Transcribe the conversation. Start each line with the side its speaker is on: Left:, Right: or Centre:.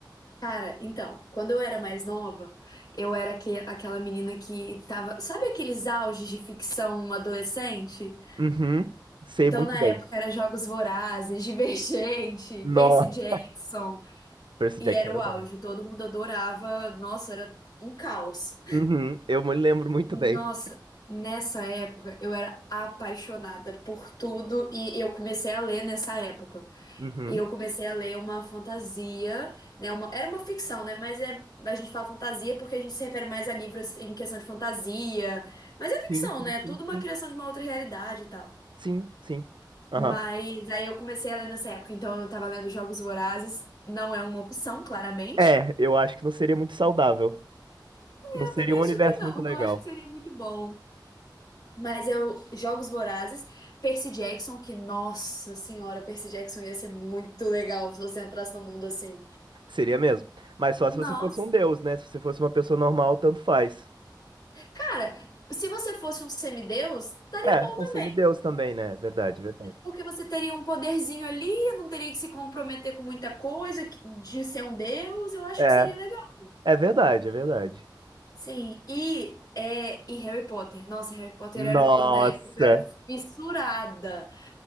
Left: cara, então, quando eu era mais nova, eu era que, aquela menina que tava. Sabe aqueles auges de ficção adolescente?
Right: Uhum, sei
Left: Então,
Right: muito
Left: na
Right: bem.
Left: época, era Jogos Vorazes, <laughs> Divergente,
Right: Nossa,
Left: Percy Jackson,
Right: Percy
Left: e
Right: Jackson
Left: era
Right: era
Left: o auge.
Right: bom.
Left: Todo mundo adorava. Nossa, era um caos.
Right: Uhum, eu me lembro muito
Left: Nossa,
Right: bem.
Left: nessa época, eu era apaixonada por tudo e eu comecei a ler nessa época.
Right: Uhum.
Left: E eu comecei a ler uma fantasia, né? Uma, era uma ficção, né? Mas é, a gente fala fantasia porque a gente se refere mais a livros em questão de fantasia. Mas é ficção,
Right: Sim, sim,
Left: né? É Tudo
Right: sim,
Left: uma
Right: sim.
Left: criação de uma outra realidade e tal.
Right: Sim, sim. Aham.
Left: Mas aí eu comecei a ler nessa época. Então eu tava lendo Jogos Vorazes. Não é uma opção, claramente.
Right: É, eu acho que não seria muito saudável.
Left: Eu
Right: Não seria
Left: também
Right: um
Left: acho
Right: universo
Left: que não.
Right: muito legal.
Left: Não acho que seria muito bom. Mas eu, Jogos Vorazes, Percy Jackson, que, nossa senhora, Percy Jackson ia ser muito legal se você entrasse no mundo assim.
Right: Seria mesmo. Mas só
Left: Nossa.
Right: se você fosse um deus, né? Se você fosse uma pessoa normal, tanto faz.
Left: Cara, se você fosse um semideus, estaria
Right: É,
Left: bom também,
Right: um semideus também, né? Verdade, verdade.
Left: porque você teria um poderzinho ali, não teria que se comprometer com muita coisa que- de ser um deus, eu acho
Right: É,
Left: que seria legal.
Right: é verdade, é verdade.
Left: Sim, e, é, e Harry Potter. Nossa, Harry Potter
Right: Nossa,
Left: era o que eu- na época que eu era fissurada.